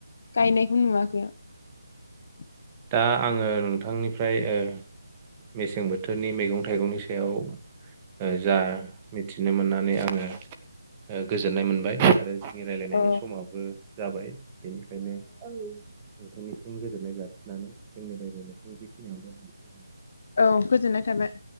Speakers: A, on the left; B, on the right.
A: गायनायखौ नुवाखै आं <inaudible>
B: दा आङो नोंथांनिफ्राय ओ मेसें बोथोरनि मैगं थाइगंनि सायाव ओ जा मिथिनो मोननानै आङो ओ गोजोननाय मोनबाय आरो नि रायलायनायनि
A: औ
B: समावबो जाबाय बेनिखायनो औ नोंथांनिसिम गोजोननाय जासि नानै जोंनि रायलायनायखौ बेखिनियावनो दोनथनिसै नामा
A: औ गोजोननाय थाबाय